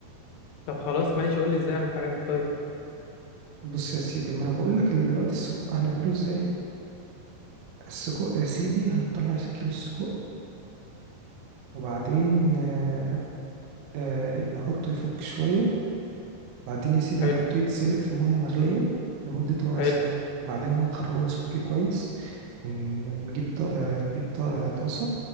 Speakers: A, on the left; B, on the right.
A: طب خلاص ماشي قول لي ازاي اعمل الحاجات دي طيب
B: بص يا سيدي ما أنا بقول لك اللي دلوقتي السجق هنعمله إزاي السجق يا سيدي هنطلع كيلو السجق وبعدين آه، آه، نحطه يفك شوية بعدين يا سيدي
A: حلو
B: هنحطه يتسلق في مية مغلية لمدة ربع
A: حلو
B: ساعة بعدين هنخرجه نصفيه كويس ونجيب طا... آه، نجيب طا... آه، طاسة